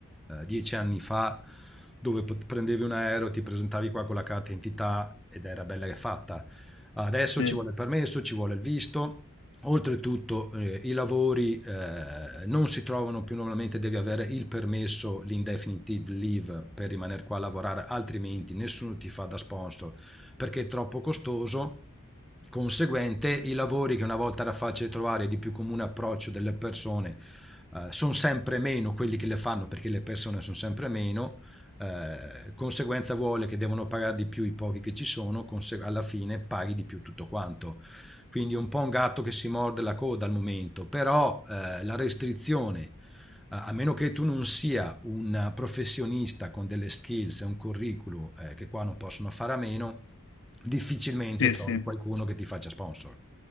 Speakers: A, in the centre; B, on the left.
A: eh, dieci anni fa dove pot- prendevi un aereo, ti presentavi qua con la carta d'identità ed era bella che fatta. Adesso
B: sì,
A: ci vuole il permesso, ci vuole il visto. Oltretutto eh, i lavori eh, non si trovano più normalmente, devi avere il permesso, l'indefinitive leave per rimanere qua a lavorare, altrimenti nessuno ti fa da sponsor perché è troppo costoso. Conseguente, i lavori che una volta era facile trovare e di più comune approccio delle persone eh, sono sempre meno quelli che le fanno perché le persone sono sempre meno. Eh, conseguenza vuole che devono pagare di più i pochi che ci sono, conse- alla fine paghi di più tutto quanto. Quindi un po' un gatto che si morde la coda al momento, però eh, la restrizione, eh, a meno che tu non sia un professionista con delle skills e un curriculum eh, che qua non possono fare a meno, difficilmente
B: sì,
A: trovi
B: sì.
A: qualcuno che ti faccia sponsor.